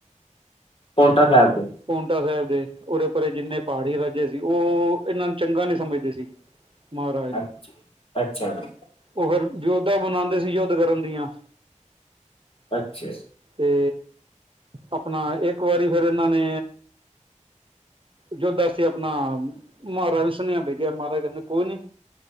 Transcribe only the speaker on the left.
ਪੌਂਟਾ ਸਾਹਿਬ ਦੇ
ਅੱਛਾ
ਅੱਛਾ ਜੀ
ਅੱਛਾ।